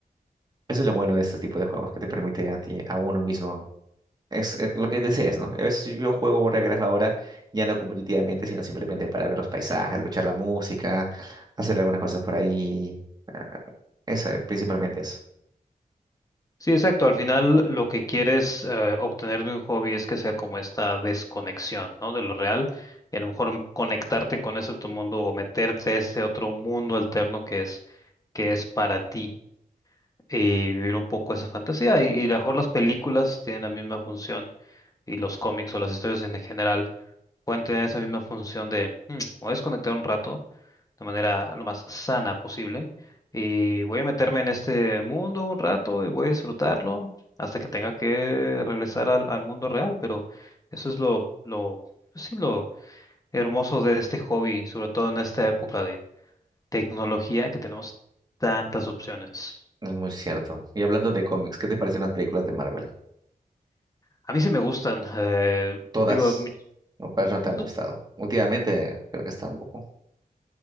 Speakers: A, on the right; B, on the left.
A: Eso es lo bueno de este tipo de juegos, que te permite a ti, a uno mismo, es eh, lo que desees, ¿no? A veces si yo juego Warcraft ahora, ya no competitivamente, sino simplemente para ver los paisajes, escuchar la música, hacer algunas cosas por ahí, eso, eh, principalmente eso.
B: Sí, exacto. Al final lo que quieres eh, obtener de un hobby es que sea como esta desconexión, ¿no? De lo real y a lo mejor conectarte con ese otro mundo o meterte a este otro mundo alterno que es que es para ti y vivir un poco esa fantasía. Y, y a lo mejor las películas tienen la misma función y los cómics o las historias en general pueden tener esa misma función de, "Hmm, voy a desconectar un rato de manera lo más sana posible y voy a meterme en este mundo un rato y voy a disfrutarlo hasta que tenga que regresar al, al mundo real, pero eso es lo, lo, pues sí, lo hermoso de este hobby, sobre todo en esta época de tecnología que tenemos tantas opciones.
A: Es muy cierto. Y hablando de cómics, ¿qué te parecen las películas de Marvel?
B: A mí sí me gustan, eh,
A: todas,
B: digo, mi-
A: lo cual no te
B: no-
A: han gustado. Últimamente creo que están un poco,